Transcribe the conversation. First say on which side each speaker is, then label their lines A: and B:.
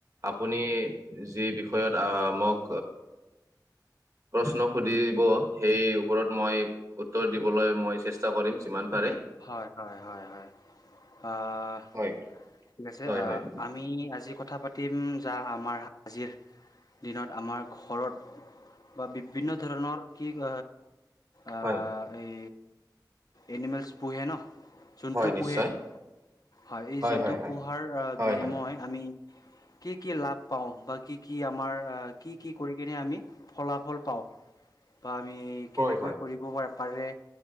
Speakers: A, on the right; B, on the left.
A: আপুনি যি বিষয়ত আহ মোক প্ৰশ্ন সুধিব সেই ওপৰত মই উত্তৰ দিবলৈ মই চেষ্টা কৰিম যিমান পাৰে
B: হয়-হয়-হয়-হয়। অ'
A: হয়
B: ঠিক আছে
A: হয় হয়
B: আমি আজি ক কথা পাতিম যা আমাৰ আজিৰ দিনত আমাৰ ঘৰত। বা বিভিন্ন ধৰণৰ। কি অ আ
A: হয়
B: এই এনিমেলছ পুহেন। যোনটো
A: হয় নিশ্চয়
B: পোহে হয় এই যোনটো
A: হয় হয়
B: পোহাৰ
A: হয়
B: বিনিময়
A: হয়
B: আমি কি-কি লাভ পাও বা কি কি আমাৰ কি কি কৰি। স কেনে আমি ফলাফল পাওঁ বা আমি কেনেকৈ
A: হয় হয়
B: কৰিব পাৰো। পাৰে